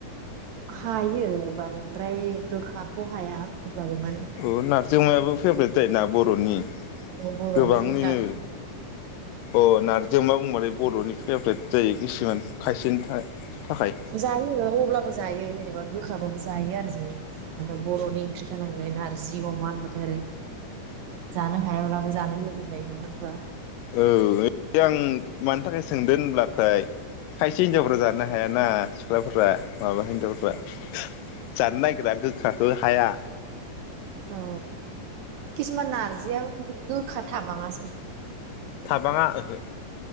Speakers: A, on the right; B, on the left.
A: हायो बांद्राय गोखाखौ हाया अब्लाबो माने
B: अ नारिजमायाबो फेभरेट जायोना बरनि
A: बर'नि
B: गोबांनिनो
A: मुंदांखा
B: अ नारजिमा अमा बुंबाथाय बरनि फेभरेट जायो किसुमान खायसेनि था थाखाय
A: जायो अब्लाबो जायो जेनेबा गोखाबाबो जायो आरो जोंनि बरनि ओंख्रिखा नांलाय नारजि अमा होनबाथाय आरो जानो हायाब्लाबो जानो लुबैयोलायो नङा होनबा
B: औ आं माने थाखाय सोंदों होनब्लाथाय खायसे हिनजावफोरा जानो हायाना सिख्लाफोरा माबा हिनजावफ्रा जानो नागिरा गोखाखौ हाया
A: औ कसुमान नारजिया ओम गो खा थाबाङासो
B: थाबाङा ओहो